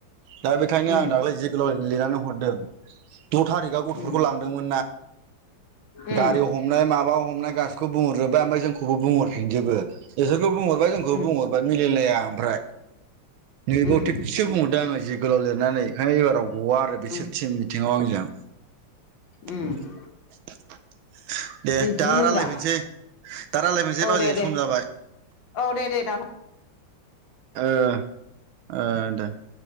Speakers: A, on the right; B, on the left.
A: दा बेखायनो
B: उम
A: आं दाख्लै जे गोलाव लिरनानै हरदों द' थारिकआव गथ'फोरखौ
B: उम
A: लांदों। <unintelligible> हमनाय माबा
B: उम
A: हमनाय गासिखौ बुंहरजोबा ओमफ्राय जोंखौबो बुंहरफिनजोबो। बिसोरखौ बुंहरबाय जोंखौ
B: उम
A: बुंहरबाय मिलायलाया ओमफ्राय। नैबाव
B: उम
A: <unintelligible> दा आङो जे गोलाव लिरनानै ओंखायनो एबाराव गवा आरो बिसोर
B: उम
A: टिम मिथिङाव आंजों। <inaudible>
B: उम
A: दे
B: इदिनोब्रा
A: दा रायज्लायफिनसै दा राय्लायफिनोसै
B: औ
A: बाजै
B: दे दे
A: सम जाबाय।
B: औ दे दे दाना
A: ओ ओ <unintelligible>